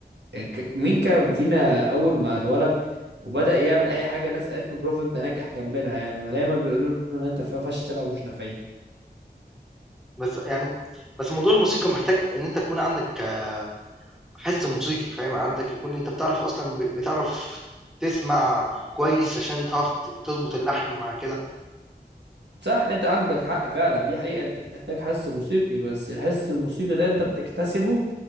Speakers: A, on the right; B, in the centre.
A: يعني ك- مين كان فينا اول ما اتولد وبدأ يعمل اي حاجه الناس قالت له برافو انت ناجح كملها يعني ما دايما بيقولوا له ان انت ف- فشله ومش نافعين
B: بس يعني بس موضوع الموسيقى محتاج إن أنت تكون عندك آآ حِس موسيقي فاهم، عندك يكون أنت بتعرف أصلًا ب بتعرف تسمع كويس عشان تعرف ت تضبط اللحن مع كده.
A: صح انت عندك حق فعلا دي حقيقه انت بتحتاج حس موسيقي بس الحس الموسيقي ده انت بتكتسبه